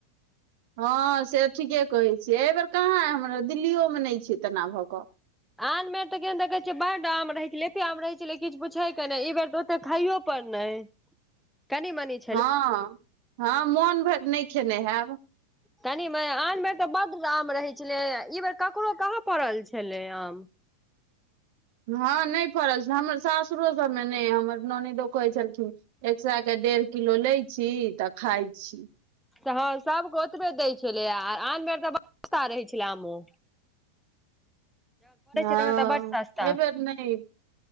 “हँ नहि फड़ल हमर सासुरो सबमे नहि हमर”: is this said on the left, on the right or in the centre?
Right